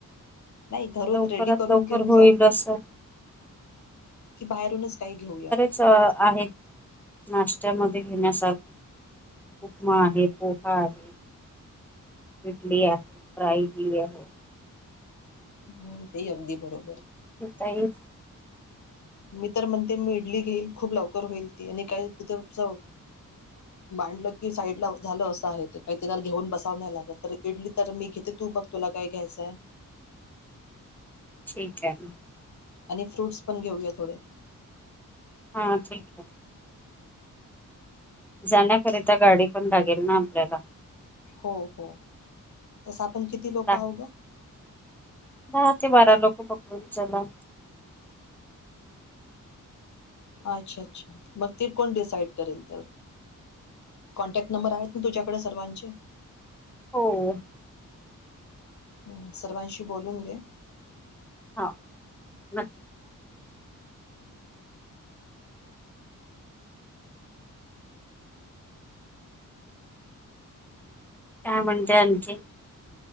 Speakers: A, on the left (about 60°); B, in the centre.
A: नाही घरून
B: लवकरात
A: रेडी करून
B: लवकर
A: घेऊन
B: होईल
A: जाऊ.
B: असं
A: की, बाहेरूनच काही घेऊया.
B: च आहेत नाश्त्यामध्ये घेण्यासारखं. उपमा आहे पोहा आहे. इडली आहे फ्राय केली आहे.
A: ''हं''ते ही, अगदी बरोबर.
B: काहीच.
A: ''मी तर म्हणते मी इडली घेईल खूप लवकर होईल ती आणि काय तिथे चव. मांडलं कि, साईड ला झालं असं आहे ते काही त्याला घेऊन बसाव नाय लागत तर इडली तर मी घेते. तू बघ तुला काय घ्यायचंय.
B: ठीक आहे मग.
A: आणि फ्रूट्स पण घेऊया थोडे.
B: हा, ठीक आहे. जाण्याकरिता गाडी पण लागेल ना आपल्याला.
A: हो हो, तस आपण किती लोक
B: दहा
A: आहोत ग.
B: दहा ते बारा लोक पकडून चला.
A: अच्छा अच्छा मग ते कोण डिसाईड करेल तर. कॉन्टॅक्ट नंबर आहेत ना तुझ्याकडे सर्वांचे.
B: हो,
A: हम्, सर्वांशी बोलून घे.
B: हा, नक्की काय म्हणताय आणखीन.